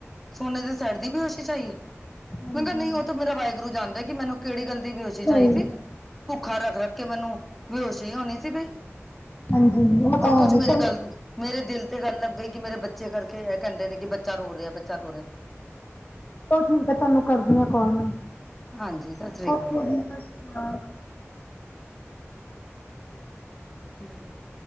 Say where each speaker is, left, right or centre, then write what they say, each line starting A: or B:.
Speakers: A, in the centre; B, on the left (about 35°).
A: ਸੋਨੇ ਦੇ ਸੈਟ ਦੀ ਬੇਹੋਸ਼ੀ ਹੋਸ਼ੀ ਛਾਈਏ
B: ਹਾਂਜੀ,
A: ਮੈ ਕਿਹਾ ਨਹੀਂ ਉਹ ਤਾਂ ਮੇਰਾ ਵਾਹਿਗੁਰੂ ਜਾਣਦਾ ਕਿ ਮੈਨੂੰ ਕਿਹੜੀ ਗੱਲ ਦੀ ਬੇਹੋਸ਼ੀ
B: ਸਹੀ
A: ਛਾਈ ਸੀ ਭੁੱਖਾ ਰੱਖ, ਰੱਖ ਕਿ ਮੈਨੂੰ ਬੇਹਸ਼ੀ ਹੋਣੀ ਸੀ ਬਈ
B: ਹਾਂਜੀ ਉਹ
A: ਔਰ
B: ਤਾਂ
A: ਕੁੱਛ
B: ਹੈ
A: ਮੇਰੇ
B: ਚਲੋ
A: ਗੱਲ ਮੇਰੇ ਦਿਲ ਤੇ ਗੱਲ ਲੱਗ ਗਈ ਕਿ ਮੇਰੇ ਬੱਚੇ ਕਰਕੇ ਇਹ ਕਹਿੰਦੇ ਨੇ ਕਿ ਬੱਚਾ ਰੋ ਰਿਹਾ, ਬੱਚਾ ਰੋ ਰਿਹਾ।
B: ਚਲ ਠੀਕ ਆ ਤਾਨੂੰ ਕਰਦੀ ਆ ਕੋਲ ਮੈ
A: ਹਾਂਜੀ ਸਤਿ ਸ੍ਰੀ ਅਕਾਲ
B: ਓਕ ਜੀ। <unintelligible>
A: ਹਮ। <unintelligible>